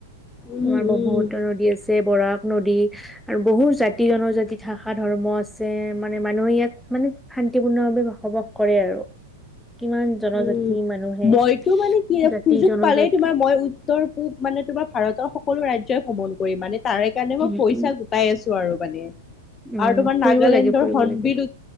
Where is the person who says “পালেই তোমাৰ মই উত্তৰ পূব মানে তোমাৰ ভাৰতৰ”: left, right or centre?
Left